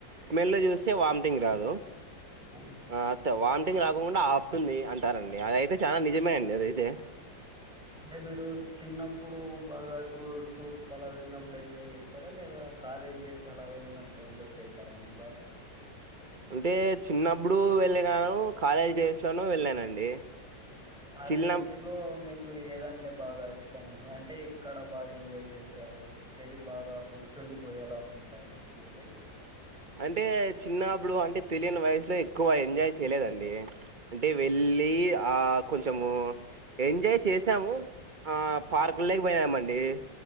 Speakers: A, on the right; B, in the centre.
A: స్మెల్ చూస్తే వాంతింగ్ రాదు
B: ఆ
A: ఆ అతే వామిటింగ్ రాకోకుండా ఆపుతుంది అంటారండి అదయితే చాలా నిజమే అండి అదైతే
B: అంటే మీరు చిన్నప్పుడు బాగా ట్రూ టూర్స్ కలా వెళ్ళినప్పుడు ఎంజాయ్ చేసారా లేదా కాలేజ్ డేస్ అలా వెళ్ళినప్పుడు ఎంజాయ్ చేశారా అండి బాగా
A: అంటే చిన్నప్పుడు వెళ్ళినాను కాలేజ్ డేస్ లోనూ వెళ్ళానండి
B: ఆ
A: చిన్న
B: రెండుట్లో మీకు ఏదంటే బాగా ఇష్టం అండి అంటే ఇక్కడ బాగా ఎంజాయ్ చేశారు ఏది బాగా గుర్తుండిపోయేలా ఉంటాయండి మెమరీస్
A: అంటే చిన్నాప్పుడు అంటే తెలియని వయసులో ఎక్కువ ఎంజాయ్ చేయలేదండి అంటే వెళ్ళి ఆ కొంచమూ ఎంజాయ్ చేసాము ఆ పార్కులేక పోయినామండి